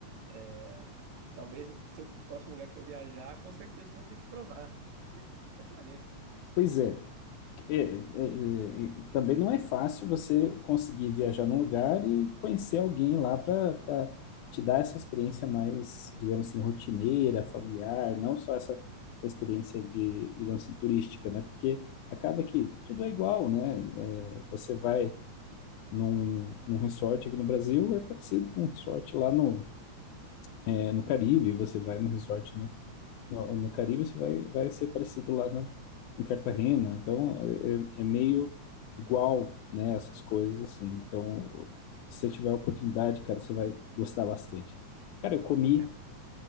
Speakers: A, on the right; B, on the left.
A: é, Talvez se o próximo lugar que eu viajar, com certeza eu vou ter que provar. Que vai ser maneiro.
B: Pois é. É, é, é, também não é fácil você conseguir viajar num lugar e conhecer alguém lá para te dar essa experiência mais, digamos assim, rotineira, familiar, não só essa, essa experiência de, digamos assim, turística, né? Porque acaba que tudo é igual, né? É, você vai num, num resort aqui no Brasil, é parecido com um resort lá no, é, no Caribe, você vai num
A: Uhum.
B: resort no, no Caribe isso vai, vai ser parecido lá na, em Cartagena. Então, é, é é meio igual, né, essas coisas assim. Então, se você tiver a oportunidade, cara, você vai gostar bastante. Cara, eu
A: Pô,
B: comi,
A: bacana.